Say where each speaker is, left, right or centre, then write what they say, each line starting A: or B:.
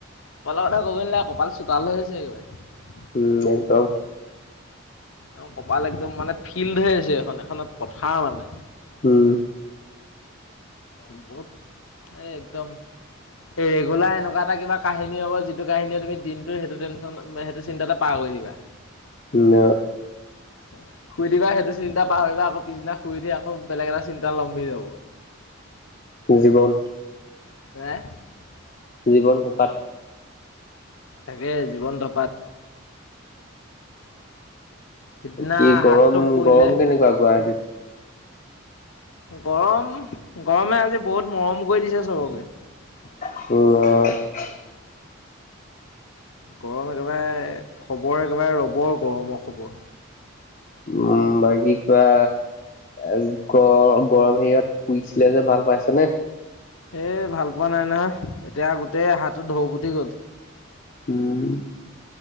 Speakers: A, on the left; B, on the left.
A: কপালৰ কথা কবই নালাগে কপাল চোতাল হৈছে একেবাৰে
B: উম একদম।
A: অ কপাল একদম মানে ফিল্ড হৈ আছে এইখন এখনত পথাৰ মানে।
B: হুম
A: বহুত এই একদম। এই ৰেগুলাৰ এনেকুৱা এটা কিবা কাহিনী হ'ব যিটো কাহিনীয়ে তুমি দিনটো সেইটো টেনশন সেইটো চিন্তাটে পাৰ কৰি দিবা
B: ন
A: উ শুই দিবা সেইটো চিন্তা পাহৰিবা আকৌ পিছদিনা শুই দি আকৌ বেলেগ এটা চিন্তা লমভি যাব।
B: জীৱন।
A: <unintelligible>
B: জীৱন থকাত
A: তাকে জীৱন ধপাত। সিদিনা
B: কি গৰম
A: হাতটো পুৰিলে।
B: গৰম কেনেকুৱা গুৱাহাটীত?
A: গৰম গৰমে আজি বহুত মৰম কৰি দিছে চবকে।
B: উম অ
A: গৰম একেবাৰে খবৰ একেবাৰে ৰবৰ গৰমৰ খবৰ।
B: উম বাকি কোৱা। এ গৰ গৰম হেৰিত পুইছিলে যে ভাল পাইছা নে?
A: এ ভাল পোৱা নাই নহয়, এতিয়া গোটেই হাতটো ঢৌ ফুতি গ'ল।
B: উম।